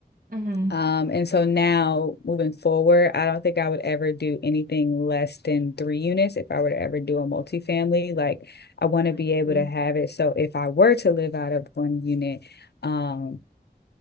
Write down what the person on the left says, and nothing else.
um and so now moving forward i don't think i would ever do anything less than three units if i were to ever do a multifamily like i want
to be able
to have it so if i were to live out of one unit um